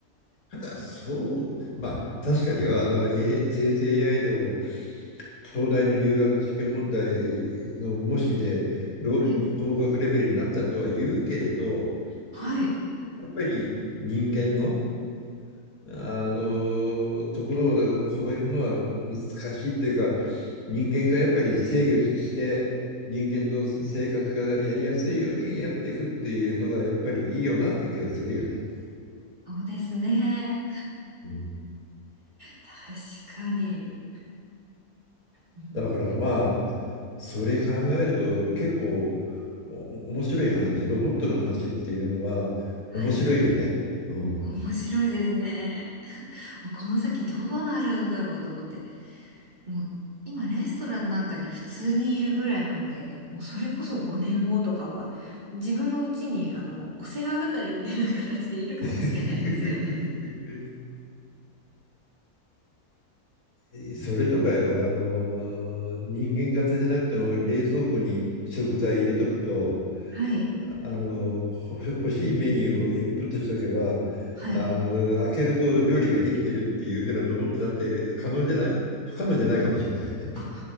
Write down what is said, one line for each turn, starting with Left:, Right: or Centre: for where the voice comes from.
Left: ただそう、まあ確かにはあの、A、生成 AI でも東大の入学試験問題の模試でろ合格レベルになったとは言うけれど、
Right: はい。はい。
Left: やっぱり人間のあのところを超えるのは難しいっていうか人間がやっぱり制御して人間の生活がやりやすいようにやっていくっていうのがやっぱりいいよなって気がするよね。
Right: そうですね。
Left: うん、
Right: 確かに。うん、
Left: だからまあそれ考えると結構お面白い話ロボットの話っていうのは面白いよね。
Right: はい。
Left: うん
Right: 面白いですね。もうこの先どうなるんだろうと思って。もう今レストランなんかに普通にいるぐらいなので、もうそれこそ5年後とかは自分のうちにあの、お世話係みたいな形でいるかもしれないですよね。
Left: <laughs> いそれとかよ、
Right: うん
Left: あの、人間型じゃなくても冷蔵庫に食材入れとくと、
Right: はい。
Left: あの、ほ欲しいメニューをインプットしとけば、
Right: はい。
Left: あの、開けると料理ができてるっていう風なロボットだって可能じゃない、不可能じゃないかもしれないよね。
Right: あ、